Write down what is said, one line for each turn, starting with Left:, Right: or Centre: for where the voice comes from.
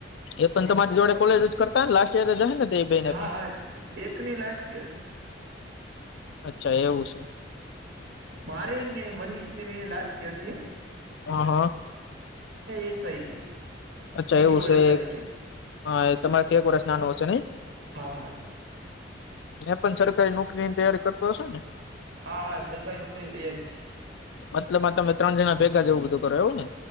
Left: એ પણ તમારી જોડે કોલેજ જ કરતાને લાસ્ટ યર જ અહે ને તે બેને
Right: હા
Left: પણ
Right: હા એકની લાસ્ટ યર
Left: અચ્છા એવું સે?
Right: મારે ને મનીષ ને બેઈને લાસ્ટ યર સે
Left: હા હા
Right: એસવાય છે
Left: અચ્છા
Right: બીજું
Left: એવુ
Right: વર્ષ
Left: સે
Right: ચાલે
Left: એ
Right: છે
Left: હા એ તમારેથી એક વરસ નાનો હશે નઈ
Right: હા હા
Left: એ પણ સરકારી નોકરીની તૈયારી કરતો હશે ને
Right: હા હા સરકારી નોકરીની તૈયારી છે
Left: મતલબમાં તમે ત્રણ જણા ભેગા જેવું બધું કરો એવું ને